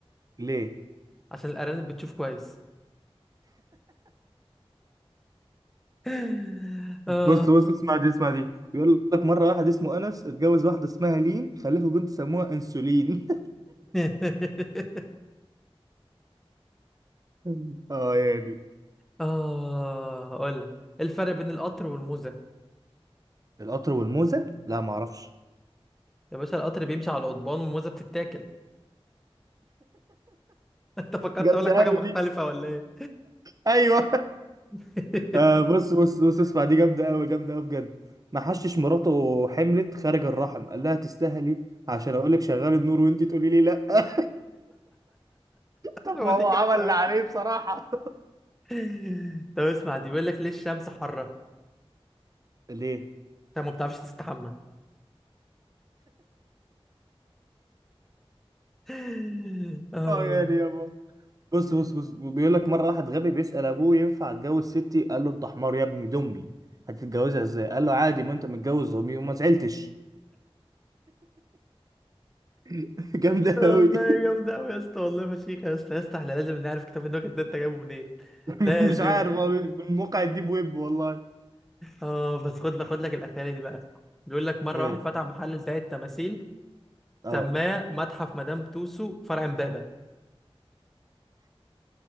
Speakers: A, on the right; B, in the centre.
A: ليه؟
B: عشان الارانب بتشوف كويس <laughs>
A: بص
B: اه
A: بص اسمع دي اسمع دي بيقول لك مرة واحد اسمه أنس اتجوز واحدة اسمها لين خلفوا بنت سموها أنسولين
B: <laughs>
A: <laughs> اه يا دي
B: اه هقول لك ايه الفرق بين القطر والموزه
A: القطر والموزة لا معرفش
B: يا باشا القطر بيمشي على قضبان والموزة بتتاكل <laughs> انت فكرت
A: جامدة
B: اقول لك حاجة
A: أوي
B: مختلفة
A: دي
B: ولا ايه؟
A: ايوه
B: <laughs>
A: آه بص بص بص اسمع دي جامدة أوي جامدة أوي بجد ما حشش مراته حملت خارج الرحم قال لها تستاهلي عشان أقول لك شغال النور وأنت تقولي لي لأ <laughs> طب
B: هو
A: ما
B: دي
A: هو
B: جامدة
A: عمل اللي
B: أوي
A: عليه
B: دي
A: بصراحة <laughs>
B: <laughs> طب اسمع دي بيقول لك ليه الشمس حارة؟
A: ليه؟
B: انت ما بتعرفش تستحمى <laughs> آه.
A: اه يعني يابا بص بص بص بيقول لك مرة واحد غبي بيسأل أبوه ينفع أتجوز ستي قال له أنت حمار يا ابني دي أمي هتتجوزها إزاي؟ قال له عادي ما أنت متجوز أمي وما زعلتش <laughs> جامدة
B: والله
A: أوي دي
B: جامدة أوي يا اسطى والله فشيخة يا اسطى يا اسطى احنا لازم نعرف كتاب النكت ده انت جايبه منين <laughs>
A: <laughs>
B: لازم
A: مش عارف هو من موقع الديب ويب والله
B: اه بس خد لك خد لك الأخيرة دي بقى بيقول لك مرة
A: إيه
B: واحد فتح محل لبيع التماثيل
A: أه
B: سماه متحف مدام توسو فرع امبابة